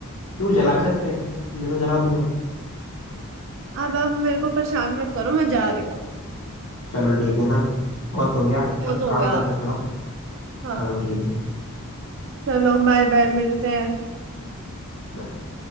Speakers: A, on the left; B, on the right.
A: क्यों जला भी सकते हैं मैं तो जला दूंगा
B: अब अब मेरे को परेशान मत करो मैं जा रही हूँ
A: चलो ठीक है ना बहुत हो गया
B: वो
A: अब
B: तो
A: काम
B: हो गया
A: करते हैं थोड़ा
B: हाँ
A: चलो ठीक है
B: चलो बाय बाय मिलते हैं
A: bye.